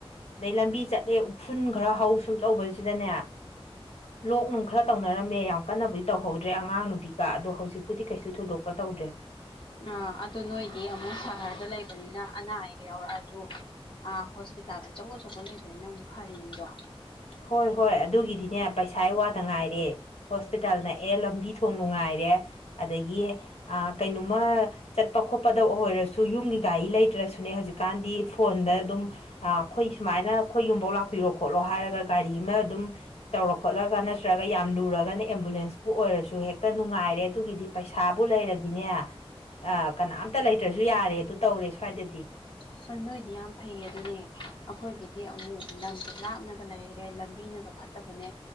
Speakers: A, on the left; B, on the left.
A: ꯗꯩ ꯂꯝꯕꯤ ꯆꯠꯂꯦ ꯎꯐꯨꯟ ꯈꯔ ꯍꯧ ꯁꯨꯝ ꯇꯧꯕꯖꯤꯗꯅꯦ ꯂꯣꯛ ꯅꯨꯡ ꯈ꯭ꯔ ꯇꯧꯅꯔꯝꯃꯦ ꯌꯥꯝ ꯀꯟꯅꯕꯨꯗꯤ ꯇꯧꯍꯧꯗ꯭ꯔꯦ ꯑꯉꯥꯡ ꯅꯨ ꯄꯤꯀ ꯑꯗꯣ ꯍꯧꯖꯤꯛꯄꯨꯗꯤ ꯀꯩꯁꯨ ꯊꯣꯏꯗꯣꯛꯄ ꯇꯧꯗ꯭ꯔꯦ
B: ꯑꯥ ꯑꯗꯨ ꯅꯣꯏꯗꯤ ꯑꯃꯨꯛ ꯁꯍꯔꯗ ꯂꯩꯕꯅꯤꯅ ꯑꯅꯥ ꯑꯌꯦꯛ ꯌꯥꯎꯔꯛꯑꯁꯨ ꯑꯥ ꯍꯣꯁꯄꯤꯇꯥꯜꯗ ꯑꯆꯧ ꯑꯆꯧꯕ ꯂꯩꯕꯅꯤꯅ ꯑꯃꯨꯛ ꯐꯔꯤꯅꯤꯗꯣ
A: ꯍꯣꯏ ꯍꯣꯏ ꯑꯗꯨꯒꯤꯗꯤꯅꯦ ꯄꯩꯁꯥ ꯋꯥꯗ ꯉꯥꯏꯔꯦ ꯍꯣꯁꯄꯤꯇꯥꯜ ꯅꯛꯑꯦ ꯂꯝꯕꯤ ꯊꯣꯡ ꯅꯨꯡꯉꯥꯏꯔꯦ ꯑꯗꯒꯤ ꯑꯥ ꯀꯩꯅꯣꯃ ꯆꯠꯄ ꯈꯣꯠꯄꯗ ꯑꯣꯏꯔꯁꯨ ꯌꯨꯝꯒꯤ ꯒꯥꯔꯤ ꯂꯩꯇ꯭ꯔꯁꯨꯅꯦ ꯍꯧꯖꯤꯛꯀꯥꯟꯗꯤ ꯐꯣꯟꯗ ꯑꯗꯨꯝ ꯑ ꯑꯈꯣꯏ ꯁꯨꯃꯥꯏꯅ ꯑꯈꯣꯏ ꯌꯨꯝꯕꯧ ꯂꯥꯛꯄꯤꯔꯣ ꯈꯣꯠꯂꯣ ꯍꯥꯏꯔꯒ ꯒꯥꯔꯤ ꯑꯃꯥ ꯑꯗꯨꯝ ꯇꯧꯔ ꯈꯣꯠꯂꯒ ꯅꯠꯇ꯭ꯔꯒ ꯌꯥꯝ ꯂꯨꯔꯒꯅ ꯑꯦꯝꯕꯨꯂꯦꯟꯁꯄꯨ ꯑꯣꯏꯔꯁꯨ ꯍꯦꯛꯇ ꯅꯨꯡꯉꯥꯏꯔꯦ ꯑꯗꯨꯒꯤꯗꯤ ꯄꯩꯁꯥꯕꯨ ꯂꯩꯔꯗꯤꯅꯦ ꯑ ꯀꯅꯥꯝꯇ ꯂꯩꯇ꯭ꯔꯁꯨ ꯌꯥꯔꯦ ꯑꯗꯨ ꯇꯧꯔꯦ ꯁ꯭ꯋꯥꯏꯗꯗꯤ
B: ꯁꯨꯟ ꯅꯣꯏꯗꯤ ꯌꯥꯝ ꯐꯩꯌꯦ ꯑꯗꯨꯅꯦ ꯑꯈꯣꯏꯒꯤꯗꯤ ꯑꯃꯨꯛ ꯂꯝꯖꯦ ꯂꯥꯞꯅꯒ ꯂꯩꯔꯦ ꯂꯝꯕꯤꯅꯒ ꯐꯠꯇꯕꯅꯦ